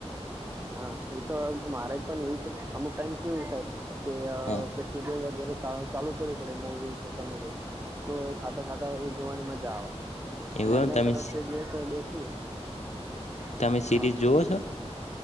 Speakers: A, on the right; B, on the left.
A: હા એતો મહારાજ પણ એવું છે ને અમુક ટાઈમ કેવું સાહેબ કે અ
B: હા
A: પછી ચાલુ કરવી પડે મુવી કે ગમે તે એ ખાતા ખાતા એ જોવાની મજા આવે
B: એવું
A: અને <unintelligible>
B: એમ તમે
A: <inaudible>
B: તમે સિરીઝ
A: હા
B: જોઓ છો.